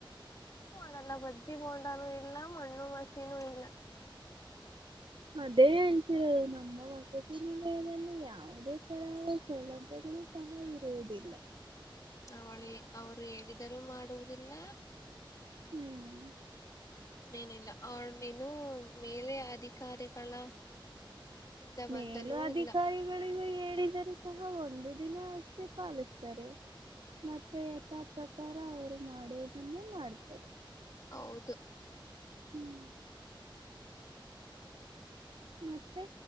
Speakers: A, on the left; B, on the right.
A: ತಲ್ಲ ಬಜ್ಜಿ ಬೋಂಡಾನು ಇಲ್ಲ ಮಣ್ಣು ಮಸಿನೂ ಇಲ್ಲ.
B: ಅದೇ ಹೇಳ್ತಿರೋದು ನಮ್ಮ ವಸತಿನಿಲಯದಲ್ಲಿ ಯಾವುದೇ ತರಹದ ಸೌಲಭ್ಯಗಳು ಸಹ ಇರುವುದಿಲ್ಲ.
A: ಹ್ಮ ನವಳಿ ಅವ್ರು ಹೇಳಿದರೂ ಮಾಡುವುದಿಲ್ಲ.
B: ಹ್ಮ್
A: ಇನ್ನೆನಿಲ್ಲ ಅವ್ಳ್ ನೀನು ಮೇಲೆ ಅಧಿಕಾರಿಗಳ ಇಂದ
B: ಮೇಲು
A: ಬಂದಲೂ
B: ಅಧಿಕಾರಿಗಳಿಗೂ
A: ಇಲ್ಲ
B: ಹೇಳಿದರೂ ಸಾ ಆ ಒಂದು ದಿನ ಅಷ್ಟೇ ಪಾಲಿಸ್ತಾರೆ ಮತ್ತೆ ಯಥಾ ಪ್ರಕಾರ ಅವರು ಮಾಡುವುದನ್ನೇ ಮಾಡ್ತಾರೆ.
A: ಹೌದು
B: ಹ್ಮ್ ಮತ್ತೆ